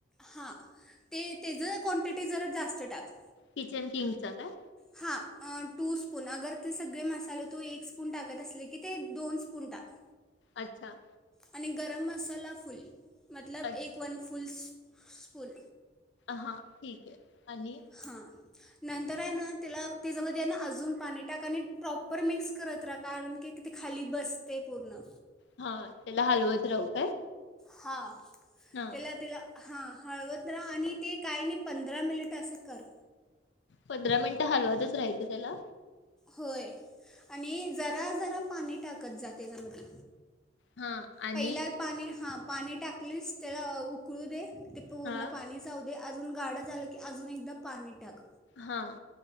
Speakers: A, in the centre; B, on the left.
A: हां ते, त्याज क्वांटिटी जरा जास्त टाक.
B: किचन किंगचा काय?
A: हां टू स्पून अगर ते सगळे मसाले तू एक स्पून टाकत असले की ते दोन स्पून टाक.
B: अच्छा.
A: आणि गरम मसाला फूल मतलब
B: अच्छा
A: एक वन. फुल स्फुल
B: हा ठीके. आणि
A: हां नंतर आहे ना त्याला त्याच्यामध्ये आहे ना अजून पाणी टाका आणि प्रॉपर मिक्स करत राहा कारण की ते खाली बसते पूर्ण
B: हा त्याला हलवच राहू काय.
A: हां.
B: हा
A: तेला तेला हां हळवत राहा आणि ते काय नाही पंधरा मिनिट असं कर.
B: पंधरा मिनिटं हलवतच राहायचं त्याला
A: होय आणि जरा जरा पाणी टाकत जा त्याच्यामध्ये
B: हा आणि
A: पहिला पाणी हा. पाणी टाकलीस त्याला उकळू दे. ते पूर्ण
B: हा
A: पाणी जाऊ. ते अजून गाडं झालं की अजून एकदा पाणी टाक.
B: हा.